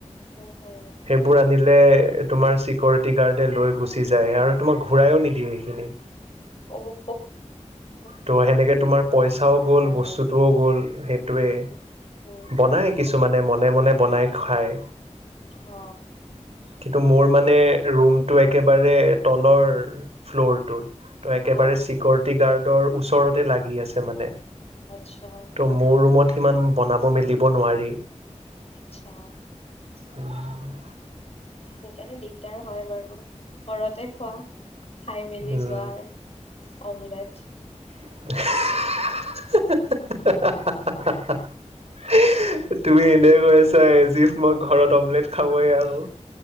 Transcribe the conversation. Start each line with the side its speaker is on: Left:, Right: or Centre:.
Left: উম হম
Right: সেইবোৰ তোমাৰ চিকিউৰিটি গাৰ্ডে লৈ গুচি যায় আৰু তোমাক ঘূৰাইযো নিদিয়ে সেইখিনি
Left: অৱশ্যয় <unintelligible>
Right: ত' সেনেকে তোমাৰ পইচাও গ'ল বস্তুটোও
Left: হয়
Right: গ'ল সেইটোৱেই
Left: উম হম হম
Right: বনাই
Left: তেতিয়াহলেতো
Right: কিছুমানে মনে মনে বনাই খায়।
Left: অ
Right: কিন্তু মোৰ মানে ৰুমটো একেবাৰে তলৰ ফ্ল'ৰটোত ত' একেবাৰে
Left: অ
Right: চিকিউৰিটি গাৰ্ডৰ ওচৰতে লাগি আছে মানে
Left: আচ্ছা
Right: ত' মোৰ ৰুমত সিমান বনাব মেলিব নোৱাৰি।
Left: আচ্ছা
Right: উ <unintelligible>
Left: সেইকাৰণে দিগদাৰ হয় বাৰু ঘৰতে খোৱা খাই মেলি
Right: উম
Left: যোৱাৰ অমলেট
Right: <unintelligible> তুমি এনে কৈ আছা এজিফ মোক ঘৰত অমলেট খাবই আৰু